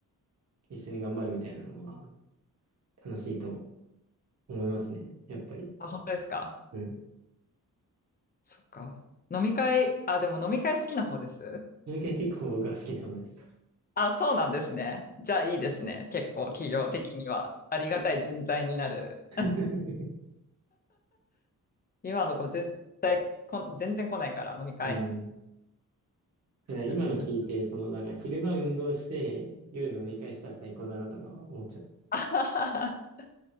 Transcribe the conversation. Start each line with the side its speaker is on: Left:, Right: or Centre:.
Right: 一緒に頑張るみたいなのは楽しいと思いますね。やっぱり。
Left: あ、本当ですか
Right: うん。
Left: そっか。飲み会、あ、でも飲み会好きな方です
Right: 飲み会結構僕は好きな方です。
Left: あ、そうなんですね。じゃあいいですね。結構企業的には。ありがたい人材になる。
Right: <laughs>
Left: 今の子全体こん、全然来ないから飲み会。
Right: うん。だから今の聞いて、
Left: だからな
Right: その、なんか昼間運動して、夜飲み会したら最高だなとか思っちゃ
Left: <laughs>